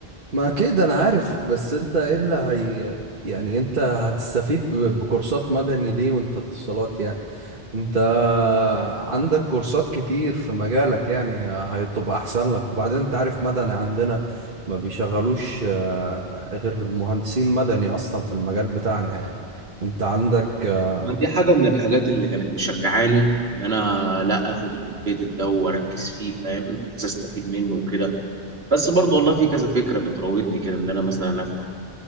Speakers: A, on the right; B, on the right.
A: ما اكيد انا عارف بس انت ايه اللي هي يعني انت هتستفيد ب- بكورسات مدني ليه وانت اتصالات يعني انت عندك كورسات كتير في مجالك يعني هتبقى احسن لك وبعدين انت عارف مدني عندنا ما بيشغلوش آه، غير مهندسين مدني اصلا في المجال بتاعنا يعني انت عندك آه،
B: ما دي حاجه من الحاجات اللي كانت مشجعاني ان انا لا اخد الامبيدد ده واركز فيه فاهم بحيث استفيد منه وكده بس برضه والله في كذا فكره بتراودني كده ان انا مثلا افتح